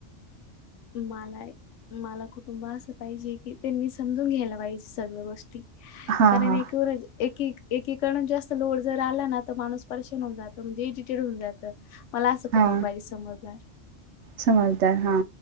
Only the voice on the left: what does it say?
मला -मला कुटुंब असं पाहिजे, की त्यांनी समजून घ्यायला पाहिजे सगळं गोष्टी.
कारण
एक वरच एकेक एकीकडनं जास्त लोड जर आला ना, तर माणूस परेशान होऊन जातं, म्हणजे इडिटेड होऊन जातं. मला असं
कुटुंब पाहिजे समजदार.